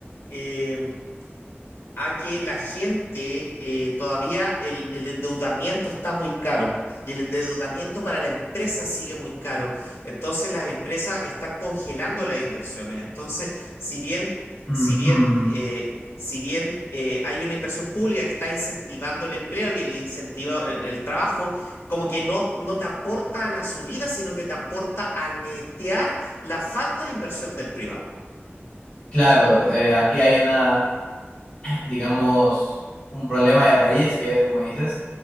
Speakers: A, on the left (about 85°); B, on the left (about 25°).
A: em, a que la gente eh, todavía el, el endeudamiento está muy caro y el endeudamiento para la empresa sigue muy caro. Entonces las empresas están congelando las inversiones. Entonces, si bien,
B: ujú.
A: si bien, eh, si bien eh, hay una inversión pública que está incentivando el empleo y el incentivo, el, el trabajo, como que no, no te aporta a la subida, sino que te aporta a netear la falta de inversión del privado.
B: Claro, eh, aquí hay una, digamos, un problema de raíz que es, como dices,